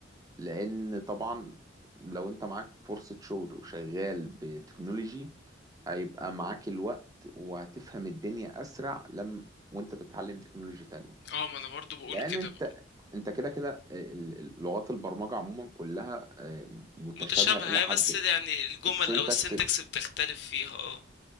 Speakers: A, on the right (about 20°); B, on the left (about 55°).
A: لان طبعا لو انت معاك فرصة شغل وشغال بتكنولوجي هيبقى معاك الوقت وهتفهم الدنيا اسرع لما وانت بتتعلم تكنولوجي تانية
B: اه ما انا برضه بقول
A: لان
B: كده
A: انت
B: بقى.
A: انت كده كده ال- ال- لغات البرمجة عموما كلها آه، متشابهة
B: متشابهة
A: الى حد
B: بس يعني الجمل
A: السنتكس
B: او السنتكس بتختلف فيها اه